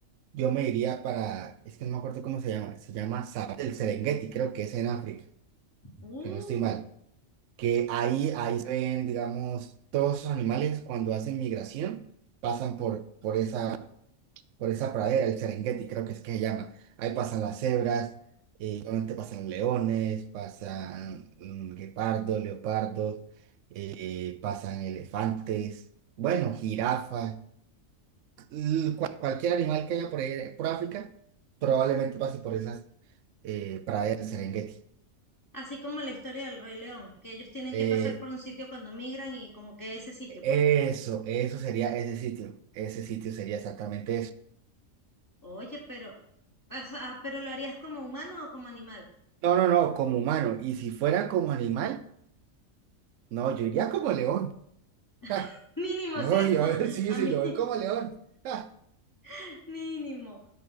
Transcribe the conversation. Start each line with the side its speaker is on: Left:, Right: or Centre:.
Right: Yo me iría para, es que no me acuerdo cómo se llama, se llama Safari del Serengeti, creo que es en África,
Left: Uh,
Right: si no estoy mal, que ahí, ahí se ven, digamos, todos esos animales cuando hacen migración, pasan por, por esa, por esa pradera, el Serengeti, creo que es que se llama. Ahí pasan las cebras, y obviamente pasan leones, pasan mm, guepardos, leopardos, eh, pasan elefantes, bueno, jirafas, l- cual- cualquier animal que haya por ahí, por África, probablemente pase por esas eh, Praia del Serengeti.
Left: así como la historia del Rey León, que ellos tienen
Right: Eh,
Left: que pasar por un sitio cuando migran y como que ese sitio,
Right: eso,
Left: pues,
Right: eso sería ese sitio. Ese sitio sería exactamente eso.
Left: oye, pero, o sea, pero ¿lo harías como humano o como animal?
Right: No, no, no, como humano. Y si fuera como animal, no, yo iría como león. <laughs> Ja,
Left: <laughs> Mínimo,
Right: no,
Left: ¿cierto?
Right: yo <laughs> sí,
Left: A
Right: sí,
Left: mí,
Right: yo voy como león. Ja,
Left: <laughs> mínimo.